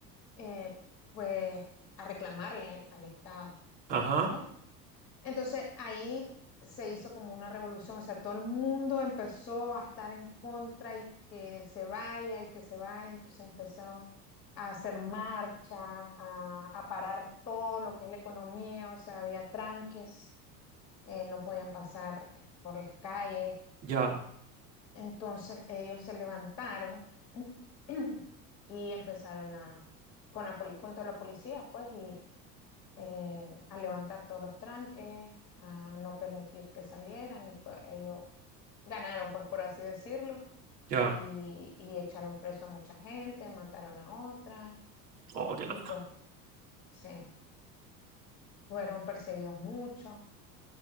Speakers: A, on the left (about 85°); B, on the right (about 75°).
A: eh, pues a reclamarle al, al Estado,
B: Ajá,
A: ¿ya? Entonces ahí se hizo como una revolución, o sea, todo el mundo empezó a estar en contra y que se vaya y que se vaya, entonces empezó a hacer marcha, a, a parar todo lo que es la economía, o sea, había tranques, eh, no podían pasar por las calles,
B: ya,
A: entonces ellos se levantaron <clears throat> y empezaron a, con la, poli- junto a la policía, pues, y, eh, a levantar todos los tranques, a no permitir que salieran y pues ellos ganaron, pues por así decirlo,
B: ya.
A: y, y echaron preso a mucha gente, mataron a otra
B: Oh, qué
A: y
B: lata.
A: pues se fueron perseguidos mucho.